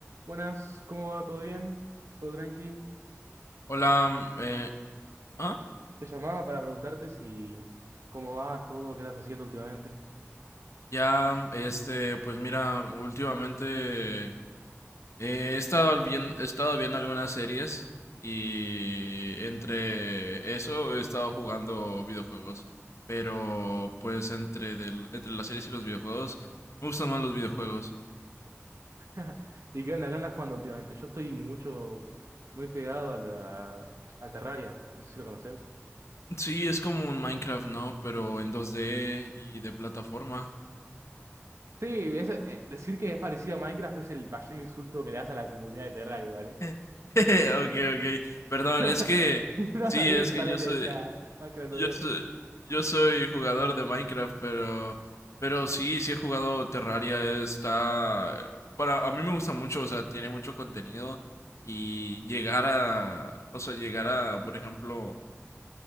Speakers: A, on the right; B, on the left.
A: Buenas, ¿cómo va? ¿Todo bien? ¿Todo tranqui?
B: Hola,
A: Te, quería-
B: mm, eh, ¿ah?
A: te llamaba para preguntarte si cómo vas, todo, qué estás haciendo últimamente.
B: Ya, mm, este, pues mira, últimamente eh, he estado bien, he estado viendo algunas series y entre eso he estado jugando videojuegos, pero pues entre del, entre las series y los videojuegos me gustan más los videojuegos.
A: <laughs> ¿Y qué onda? ¿Qué andas jugando últimamente? Yo estoy mucho, muy pegado a la- al Terraria. No sé si lo conoces.
B: Sí, es como un Minecraft, ¿no? Pero en 2D y de plataforma.
A: Sí, es- eh, decir que es parecido a Minecraft es el mayor insulto que le das a la comunidad de Terraria, ¿vale?
B: <laughs> Ok, ok. Perdón,
A: <laughs>
B: es que
A: No,
B: sí,
A: está bien,
B: es
A: yo
B: que
A: también
B: yo soy
A: le decía Minecraft
B: Yo,
A: 2D.
B: soy yo soy jugador de Minecraft, pero, pero sí, sí he jugado Terraria. Está, para, a mí me gusta mucho, o sea, tiene mucho contenido y llegar a, o sea, llegar a, por ejemplo,